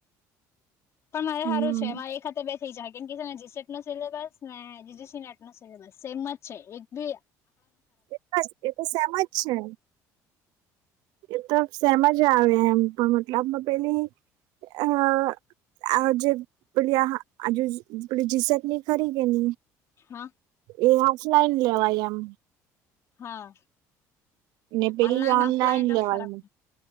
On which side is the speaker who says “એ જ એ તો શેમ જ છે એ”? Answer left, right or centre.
Right